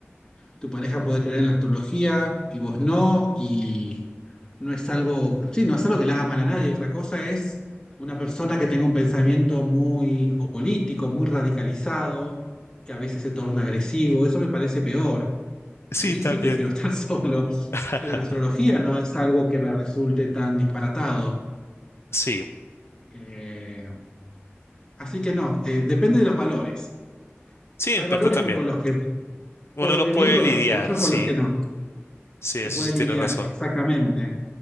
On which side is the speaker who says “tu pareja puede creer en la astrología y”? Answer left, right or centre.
Left